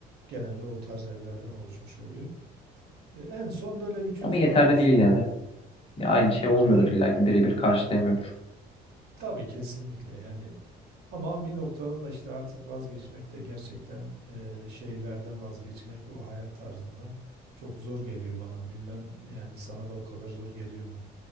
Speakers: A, on the right; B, on the left.
A: Genelde o tarz evlerden oluşmuş oluyor. E, En son böyle bir çözüme
B: Ama yeterli
A: ulaşıyorum.
B: değil yine de. Ya aynı şey olmuyordur
A: Evet,
B: illaki birebir karşılayamıyordur.
A: tabii kesinlikle yani ama bir noktadan da işte artık vazgeçmek de gerçekten e, şehirlerden vazgeçmek o hayat tarzından çok zor geliyor bana. Bilmem yani sana da o kadar zor geliyor mu?